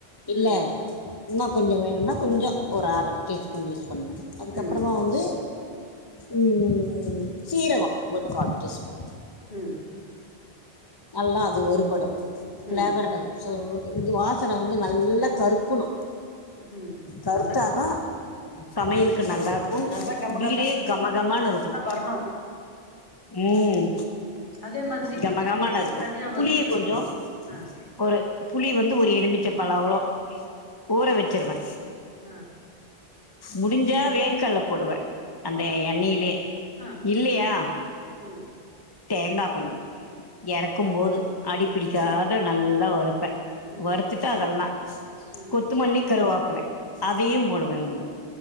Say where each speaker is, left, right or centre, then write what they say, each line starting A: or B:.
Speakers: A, on the left; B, on the left.
A: இல்ல
B: ம்.
A: இன்னும் கொஞ்ச
B: ம்.
A: வேணும்னா கொஞ்ச ஒரு அரை டீஸ்பூன் யூஸ் பண்ணே அதுக்கப்புறமா
B: ம்.
A: வந்து ம் ம் ம் ம் சீரகோ ஒரு கால் டீஸ்பூன்
B: ம்.
A: நல்லா அது வருபடும் ஃபிளேவர்னல்
B: ம்.
A: சோ வந்து வந்து வாசன வந்து நல்லா கறுக்கணு
B: ம்.
A: கருத்தா
B: நல்லா
A: தா சமையலுக்கு
B: நல்
A: நல்லா இருக்கு
B: நல்லா கமகமன்னு
A: வீடே கமகமனு இருக்கும்
B: வரணும்.
A: ம்
B: அதே மாதிரி
A: கமகமன்னு இருக்கும்
B: தனியா வரும்.
A: புளிய கொஞ்சோ
B: ஆ,
A: ஒரு புளி வந்து ஒரு எலுமிச்சை பழ அவளோ ஊற
B: ஆ,
A: வச்சிருவே
B: ஆ
A: முடிஞ்சா வேர்கடல்ல போடுவே அந்த எண்ணெயிலயே
B: ஆ,
A: இல்லையா
B: ம்,
A: தேங்காய் கொஞ்சோ எறக்கும் போது அடிபிடிக்காத நல்லா வருப்பே
B: ம்,
A: வறுத்துட்டு அதெல்லா
B: ம்,
A: கொத்துமல்லி கருவாப்பல அதையு போடுவேங்கள